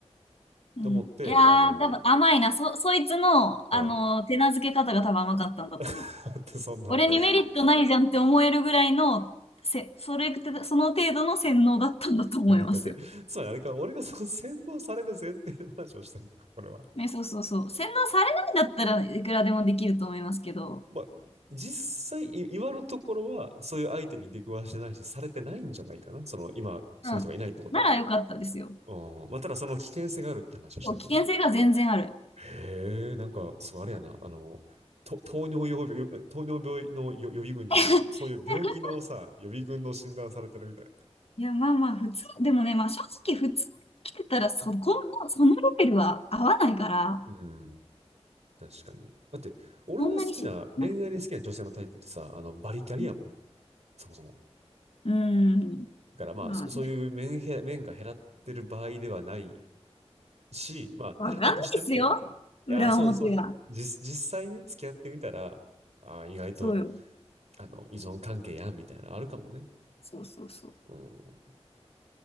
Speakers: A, on the left (about 60°); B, on the right (about 75°).
A: うん。
B: と思って、
A: いやー、
B: あの、
A: 多分甘いな。そ、そいつの、
B: うん。
A: あの手なずけ方が多分甘かったんだと思う。
B: <laughs> だってそんな、
A: 俺にメリットないじゃんって思えるぐらいの、
B: <laughs>
A: せ、それ、その程度の洗脳だったんだと思いますよ。
B: だって、つまりあれか、俺がその洗脳される前提の話をしてるのか、これは。
A: ね、そうそうそう。洗脳されないんだったらいくらでもできると思いますけど、
B: まあ、実際、い今のところは、そういう相手に出くわしてないし、されてないんじゃないかな。その、今、そういう人がいないってことは。
A: うん。ならよかったですよ。
B: うん。まあ、ただその危険性があるって話をしてるのね。
A: そう危険性が全然ある。
B: へえ、なんか、そう、あれやな、あの、と糖尿病、よ糖尿病の予予備軍じゃないけど、
A: <laughs>
B: そういう病気のさ、予備軍の診断されてるみたい。
A: いや、まあまあ、普通、でもね、まあ正直、普通に来てたらそ、このそのレベルは合わないから、
B: うん、確かに。だって、俺の好きな、
A: そんなにしなくても。
B: 恋愛で好きな女性のタイプってさ、あの、バリキャリやもん、
A: うん
B: そもそも。
A: うん。
B: だからまあ、
A: まあね、
B: そ、そういう面へ、面が減らってる場合ではないし、まあ、
A: わかんないですよ。
B: 減らったとしても、
A: 裏表は。
B: いやー、そうそうね。実、実際ね、付き合ってみたら、あー意外と、
A: そうよ。
B: あの、依存関係やん、みたいな、あるかもね。
A: そうそうそう。
B: うん。